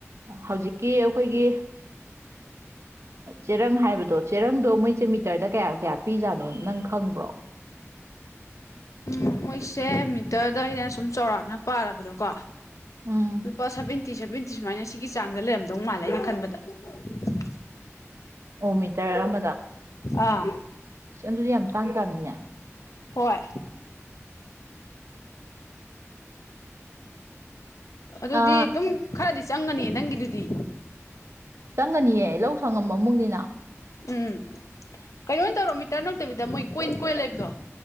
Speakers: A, on the right; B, on the left.
A: ꯍꯧꯖꯤꯛꯀꯤ ꯑꯩꯈꯣꯏꯒꯤ ꯆꯦꯔꯪ ꯍꯥꯏꯕꯗꯣ ꯆꯦꯔꯪꯗꯣ ꯃꯣꯏꯁꯦ ꯃꯤꯇꯔꯗ ꯀꯌꯥ ꯀꯌꯥ ꯄꯤꯖꯥꯠꯅꯣ ꯅꯪ ꯈꯪꯕ꯭ꯔꯣ
B: ꯎꯝ ꯃꯣꯏꯁꯦ ꯃꯤꯇꯔꯗ ꯑꯩꯅ ꯁꯨꯝ ꯆꯥꯎꯔꯥꯛꯅ ꯄꯥꯔꯕꯗꯣꯀꯣ
A: ꯎꯝ
B: ꯂꯨꯄꯥ ꯁꯚꯦꯟꯇꯤ ꯁꯚꯦꯟꯇꯤ ꯁꯨꯃꯥꯏꯅ ꯁꯤꯒꯤ ꯆꯥꯡꯗ ꯂꯩꯔꯝꯗꯧ ꯃꯥꯜꯂꯦ ꯑꯩꯅ ꯈꯟꯕꯗ
A: ꯑꯣ ꯃꯤꯇꯔ ꯑꯃꯗ
B: ꯑꯥ
A: ꯑꯗꯨꯗꯤ ꯌꯥꯝ ꯇꯥꯡ ꯀꯥꯅꯤꯅꯦ
B: ꯍꯣꯏ ꯑꯗꯨꯗꯤ
A: ꯑꯥ
B: ꯑꯗꯨꯝ ꯈꯔꯗꯤ ꯆꯪꯒꯅꯤ ꯅꯪꯒꯤꯗꯨꯗꯤ
A: ꯆꯪꯉꯅꯤꯌꯦ ꯂꯧ ꯁꯪꯉꯝꯕ ꯑꯃꯨꯛꯅꯤꯅ꯫
B: ꯎꯝ ꯀꯩꯅꯣ ꯇꯧꯔꯣ ꯃꯤꯇꯔ ꯅꯗꯕꯤꯗ ꯃꯣꯏ ꯀꯣꯏꯟ ꯀꯣꯏꯟ ꯂꯩꯕꯗꯣ꯫